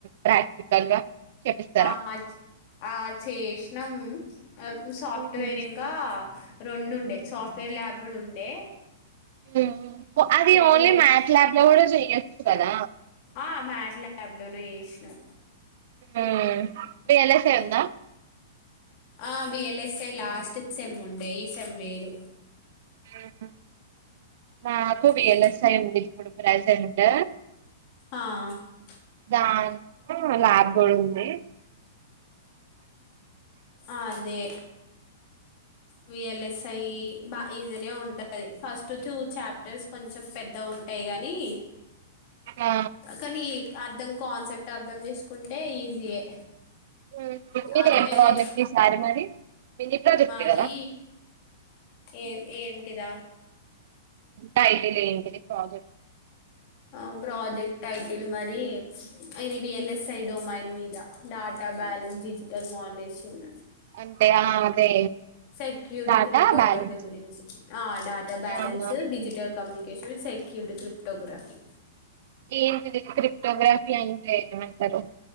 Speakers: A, on the right; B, on the left.
A: ప్రాక్టికల్ గా చెప్పిస్తారా
B: ఆ చె ఆ చేషీనం ఆ సాఫ్ట్వేర్
A: ఉమ్.
B: ఇంకా రెండు ఉండే సాఫ్ట్వేర్ ల్యాబ్ కూడా ఉన్ డె
A: మ్ హు ఆది ఓన్లీ
B: కోర్స్
A: మ్యాట్ ల్యాబ్ లో కూడా చేయొ కదా
B: ఆ మ్యాట్ ల్యాబ్ లోనే చేసినం
A: ఉమ్. విఎల్ఎస్ఐ
B: హు
A: ఉందా
B: ఆ విఎల్ఎస్ఐ లాస్ట్ సెమ్ ఉండే ఈ సెమ్ లేదు
A: అహ మాకు వి
B: ఈ
A: ఎల్ ఎస్ ఐ ఉంది ఇప్పుడు ప్రజెంట్
B: ఆ ఆ,
A: దాంట్లో ల్యాబ్ కూడ ఉంది
B: ఆదే విఎల్ఎస్ఐ బా ఈజీనే ఉంటది ఫస్ట్ టూ చాప్టర్స్ కొంచెం పెద్దగుంటాయి గానీ
A: ఆ
B: కానీ అర్థం కాన్సెప్ట్ అర్థం చేసుకుంటే ఈజీయే
A: హు మీరు
B: అవే
A: ఏ ప్రాజెక్ట్
B: లైక్
A: చేసారు మరి మీది ప్రాజెక్టే
B: మాది
A: కదా
B: ఏ ఏ టిదా
A: టైటిల్ ఏంటిది ప్రాజెక్ట్
B: ఆ ప్రాజెక్ట్ టైటిల్ మరి ఇది విఎల్ఎస్ఐ డొమైన్ మీద డాటా బ్యాలెన్స్ డిజిటల్ మాలేషన్
A: అంటే ఆ అదే
B: సెక్యూర్డ్
A: డాటా
B: క్రిప్టోగ్రాఫీ
A: బ్యాలెన్స్
B: గురించి ఆ డాటా బాలన్స్
A: ఆహా
B: డిజిటల్ కమ్యూనికేషన్ సెక్యూరిటీ క్రిప్టోగ్రఫీ
A: ఏంటిది క్రిప్టోగ్రఫీ అంటే ఏమంటరు.